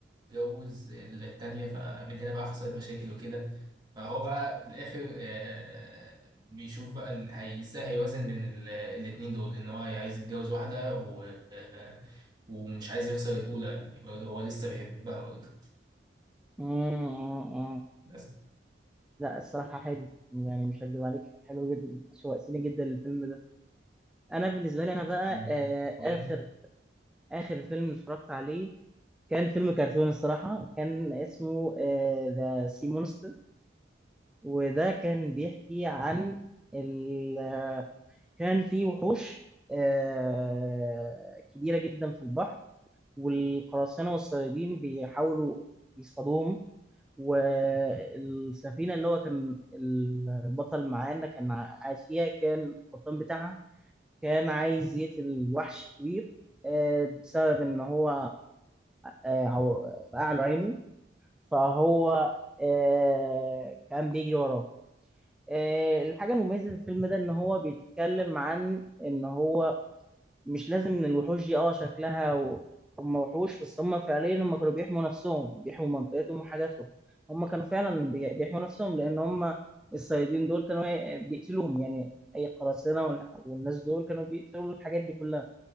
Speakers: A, on the right; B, in the centre.
A: يتجوز التانية فمن هنا بقى حصلت مشاكل وكده فهو بقى في الآخر آه، آه، بيشوف بقى ال- هي- إزاي هيوازن بين ال- الاتنين دول إن هو عايز يتجوز واحدة و آه، ومش عايز يخسر الأولى يعني برضه هو لسه بيحبها برضه
B: مم. مم. مم.
A: بس
B: لا الصراحه حلو يعني مش هكدب عليك حلو جدا شوقتني جدا للفيلم ده انا بالنسبه لي انا بقى
A: مم.
B: آه
A: طب أنت
B: اخر اخر فيلم اتفرجت عليه كان فيلم كرتون الصراحه كان اسمه ذا سي مونستر وده كان بيحكي عن ال... كان في وحوش آه كبيره جدا في البحر والقراصنة والصيادين بيحاولوا يصطادوهم والسفينة اللي هو كان البطل معانا كان قاعد فيها كان القبطان بتاعها كان عايز يقتل الوحش الكبير آه، بسبب إن هو آه، عو- فقع له عينه فهو آه، كان بيجري وراه آه، الحاجة المميزة في الفيلم ده إن هو بيتكلم عن إن هو مش لازم ان الوحوش دي اه شكلها و... هم وحوش بس هم فعليا هم كانوا بيحموا نفسهم بيحموا منطقتهم وحاجاتهم هم كانوا فعلا بي- بيحموا نفسهم لان هم الصيادين دول كانوا هي- بيقتلوهم يعني اي قراصنة وال- والناس دول كانوا بيقتلوا الحاجات دي كلها